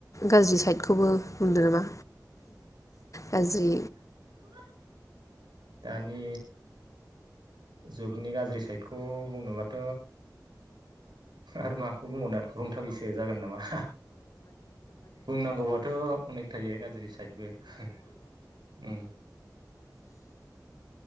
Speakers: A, on the left (about 45°); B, on the right (about 85°).
A: गाज्रि साइदखौबो बुंदों नामा गाज्रि
B: <unintelligible> दानि जुगनि गाज्रि साइडखौ बुंनोबाथ' आरो माखौ बुंबावनो बुंथावैसो जागोन नामा बुंनांगौबाथ' अनेक थायो गाज्रि साइदबो ओम